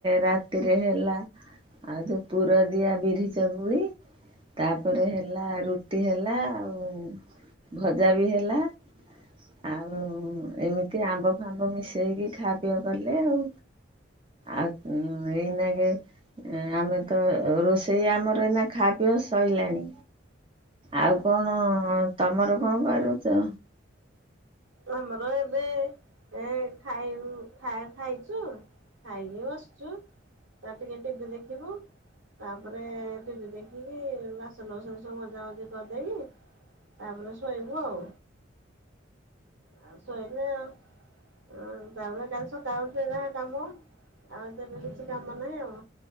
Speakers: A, on the right (about 25°); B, on the right (about 90°).
A: ରାତିରେ ହେଲା ଆଉ ଯୋଉ ପୁରଦିଆ ବିରି ଚକୁଳି ତାପରେ ହେଲା ରୁଟି ହେଲା ଆଉ ଭଜା ବି ହେଲା ଆଉ ଏମିତି ଆମ୍ବ ଫାମ୍ବ ମିଶେଇକି ଖାଆ ପିଅ କଲେ ଆଉ ଆଉ ଏଇନାାଗେ ଆମେ ତ ରୋଷେଇ ଆମର ଏଇନା ଖାପିଅ ସଇଲାଣି। ଆଉ କଣ ତମର କଣ କରୁଚ
B: ଆମର ଏବେ ଏ ଖାବୁ ଖାଇ ଖାଇଚୁ ଖାଇକି ବସୁଛୁ ତ ଟିକେ ଟିବି ଦେଖିବୁ ତାପରେ ଟିଭି ଦେଖିକି ବାସନସନ ସବୁ ମଜା ମଜି କରିଦେଇକି ତାପରେ ଶୋଇବୁ ଆଉ ଆ ଶୋଇଲେ ଆ ତାପରେ କାଲି ସ ତାଉରେ ଯାହା କାମ ଆଉ ତେବେ କିଛି କାମ ନାହିଁ ଆଉ।।